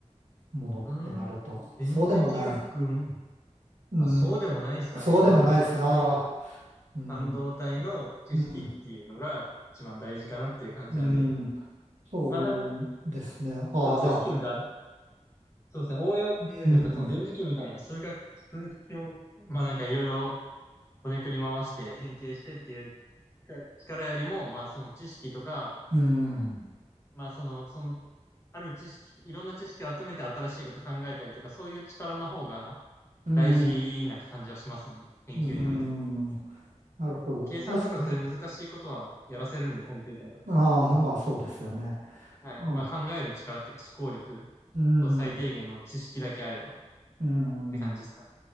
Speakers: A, on the right; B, on the left.
A: ものってなると。
B: うん、電磁気学、
A: そうでもない。
B: ま
A: うん、
B: あ、そうでもないですかね。
A: そうでもないですね。
B: まあ、なんか本当に
A: ああ、うん、
B: 半導体の知識っていうのが一番大事かなっていう感じなんで、
A: うん、うん、そうですね。
B: まあ、なん、
A: ああ、
B: こう、知識が、
A: じゃあ、
B: そうですね、応用、
A: うん、
B: なんかその電磁気みたいな数学、数式を、まあ、なんかいろいろこねくり回して変形してっていう力よりも、まあ、その知識とか、
A: うん、
B: まあ、その、そのある知識、いろんな知識を集めて新しいこと考えたりとか、そういう力の方が
A: うん、
B: 大事な感じはしますね。研究においては。
A: うん、なるほど。
B: 計算とかそういう難しいことはやらせるんで、
A: 確かに。
B: コンピューターとかに。
A: ああ、まあそうですよね。
B: はい。
A: うん、
B: まあ考える力っていうか思考力
A: うん、
B: と最低限の知識だけあればっ
A: うん。
B: て感じですかね。